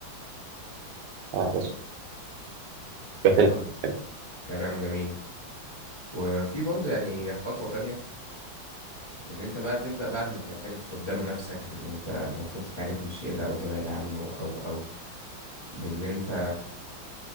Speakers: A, on the right (about 70°); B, on the left (about 25°).
A: آه، بس كتلك
B: هو
A: كانت
B: كلام جميل وفي برضه يعني هي خطوة تانية فان انت بقى تبدأ بعد ما تعترف قدام نفسك بان انت المفروض تتعالج من الشيء ده او تبعد عنه او او بان انت